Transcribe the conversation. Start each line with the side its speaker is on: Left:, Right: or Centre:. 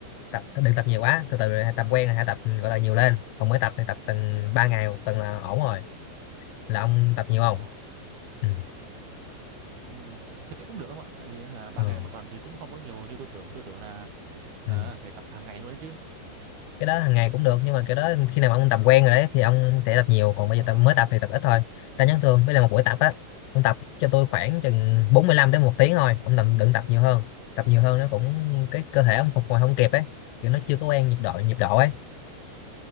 Left: tập đừng tập nhiều quá từ từ rồi hãy tập quen rồi hãy tập ừ, gọi là nhiều lên còn mới tập thì tập từng ba ngày một tuần là ổn rồi là ông tập nhiều
Right: Ồ,
Left: không ừ.
Right: ừm, thế cũng được không ạ? Tại vì hả, ba
Left: Ừ.
Right: ngày một tuần thì cũng không có nhiều như tôi tưởng. Tôi tưởng là ờ,
Left: Ừ.
Right: phải tập hàng ngày luôn đấy chứ.
Left: cái đó hàng ngày cũng được nhưng mà cái đó khi nào mà ông tập quen rồi đấy thì ông sẽ tập nhiều còn bây
Right: Ờ,
Left: giờ tập mới tập thì tập ít thôi ta nhắn thường với là một buổi tập á ông tập cho tôi khoảng chừng 45 đến một tiếng thôi ông đừng đừng tập nhiều hơn tập nhiều hơn nó cũng cái cơ thể ông phục hồi không kịp ấy kiểu nó chưa có quen nhịp độ nhịp độ ấy